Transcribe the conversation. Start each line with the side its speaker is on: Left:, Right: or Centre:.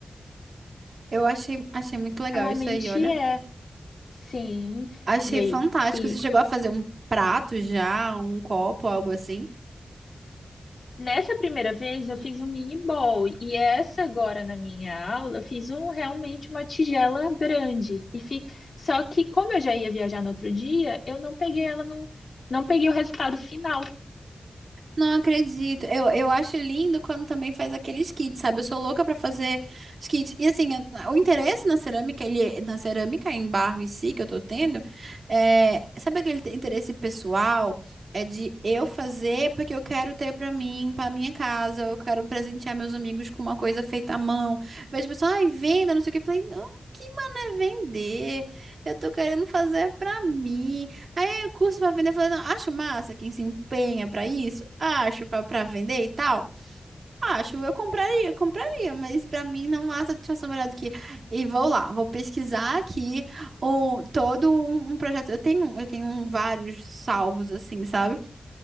Right: Eu achei, achei muito legal
Left: Normalmente
Right: isso aí, olha.
Left: é Sim,
Right: Achei
Left: e aí?
Right: fantástico.
Left: E
Right: Você chegou a fazer um prato já, um copo, algo assim?
Left: nessa primeira vez eu fiz um mini bowl, e essa agora na minha aula eu fiz um realmente uma tigela grande. E fi... Só que como eu já ia viajar no outro dia, eu não peguei ela não não peguei o resultado final.
Right: Não acredito. Eu, eu acho lindo quando também faz aqueles kits, sabe? Eu sou louca pra fazer os kits. E assim, eu- o interesse na cerâmica, ele, na cerâmica em barro em si que eu tô tendo, é, sabe aquele te- interesse pessoal? É de eu fazer porque eu quero ter pra mim, pra minha casa, eu quero presentear meus amigos com uma coisa feita à mão. Vejo pessoal, ai, venda, não sei o que. Eu falei, não, que mano é vender? Eu tô querendo fazer pra mim curso para vender, eu falei, não, acho massa quem se empenha para isso, acho para para vender e tal. Acho, eu compraria, compraria, mas para mim não há satisfação melhor do que e vou lá, vou pesquisar aqui o todo um, um projeto. Eu tenho, eu tenho vários salvos assim, sabe?